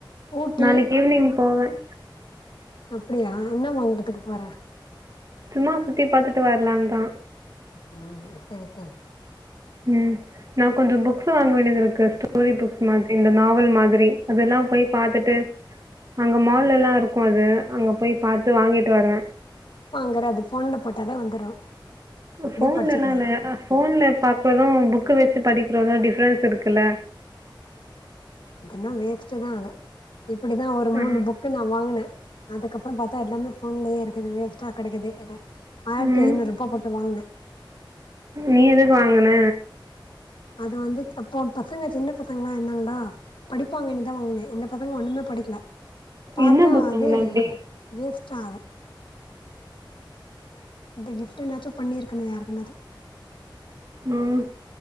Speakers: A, on the left; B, on the right.
A: ஊட்டி
B: நாளைக்கு ஈவினிங் போவேன்
A: அப்படியா என்ன வாங்கறதுக்கு போற
B: சும்மா சுத்தி பாத்துட்டு வரலான் தா
A: அ
B: ம் நா கொஞ்ச புக்ஸ் வாங்க வேண்டியதுருக்கு கஷ்டோ ஸ்டோரி புக்ஸ் மாதிரி இந்த நாவல் மாதிரி அதெல்லா போயி பாத்துட்டு அங்க மால்லலெல்லா இருக்கு அது அங்க போய் பாத்து வாங்கிட்டு வருவ
A: வேறு அது ஃபோன்ல போட்டாலே வந்துரு அப்டியே
B: ஃபோன்ல
A: படிச்சுக்கலா
B: எல்லா இல்ல அ ஃபோன்ல பாத்தது புக் புக்கு வெச்சி படிக்கிறோனா டிஃப்ரென்ஸ் இருக்குல்ல
A: அதன்னா வேஸ்ட்டுதா அது இப்டிதா ஒரு
B: ம்
A: மூணு புக்கு நா வாங்குனேன் அதுக்கப்புறம் பார்த்தா எல்லாமே போன்லயே இருக் இது வேஸ்ட்டா கெடக்குது அத ஆயிரத்தி
B: ம்
A: ஐநூறுபா போட்டு வாங்குன
B: நீ எதுக்கு வாங்குன
A: அது வந்து அப்போ பசங்க சின்ன பசங்களா இருந்தாங்களா படிப்பாங்கன்னுதா வாங்குனே இந்த பாத்தோம்னா ஒண்ணுமே படிக்கல பாத்தா
B: என்ன புக்
A: அது
B: வாங்கின அப்படி
A: வேஸ்ட்டாகுது இந்த கிஃப்ட்டு என்னாச்சும் பண்ணிருக்கணும் யாருக்குன்னாது
B: ம்